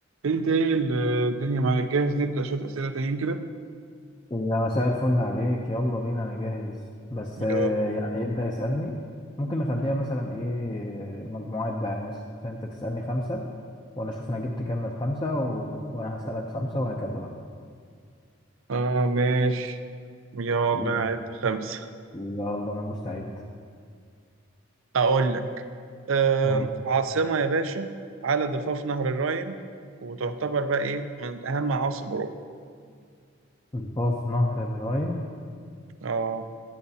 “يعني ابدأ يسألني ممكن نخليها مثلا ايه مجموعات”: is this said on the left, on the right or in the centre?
Left